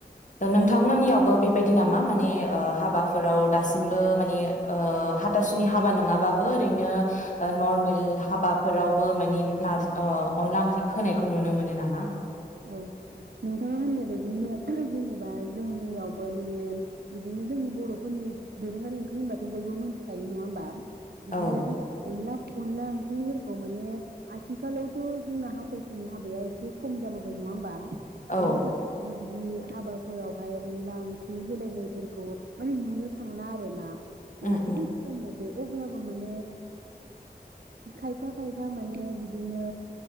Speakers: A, on the left; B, on the right.
A: दा नोंथांमोननियावबो बि बायदि नामा माने ओ हाबाफोराव दासिमबो माने ओ हाथासुनि हाबा नङाबाबो ओरैनो ओ
B: औ
A: नरमेल हाबा फोरावबो मानि नार ओ अनला ओंख्रि होनायखौ नुनो मोनो नामा? मा?
B: औ नोंथाङा होननाय बायदिनो जेनेबा जोंनियावबो माने बिदिनो जोंनि बर'फोरनि दोरोङारि ओंख्रि होनबाथ' बयबो मिथिखायो नङा होमबा? बिदिनो
A: औ
B: जोंहा अनला अनला ओंख्रिफोरखौ माने आथिखालावथ' जोंना हाथासुनि हाबाया एसे खम जाबो बाय नङा होमबा?
A: औ
B: बेनि थाखायनो बिदि हाबाफोरावहाय अनला ओंख्रि होलायनायफोरखौ माने नुनो थांला आरो ना। माने
A: उम
B: बहुत
A: उम
B: खम अब्लाबो माने खायफा खायफा माने बिदिनो